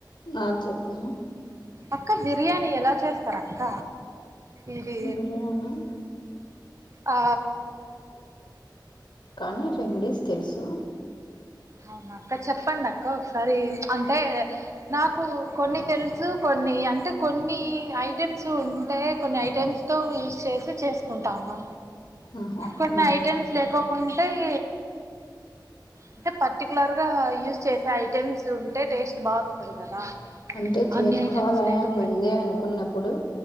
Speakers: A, on the left (about 75°); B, on the right (about 40°).
A: ఆ చెప్పు
B: అక్క బిర్యానీ ఎలా చేస్తారు అక్క ఇది
A: బిర్యానీ
B: ఆ
A: కాని రెమిడీస్ తెలుసు
B: అవునా అక్క చెప్పండి అక్క ఒకసారి అ అంటే నాకు కొన్ని తెలుసు కొన్ని అంటే కొన్ని ఐటెమ్స్ ఉంటే కొన్ని ఐటమ్స్ తో యూస్ చేసి చేసుకుంటాము
A: ఆహా
B: కొన్ని
A: ఆ
B: ఐటమ్స్ లేకోకుంటే ఏ అంటే పర్టికులర్ గా యూజ్ చేసే ఐటెమ్స్ ఉంటే టేస్ట్ బాగా వస్తుంది కదా
A: అంటే చేసుకోవాలని
B: అన్ని ఐటెమ్స్ లేకపోయి
A: ముందే అనుకున్నప్పుడు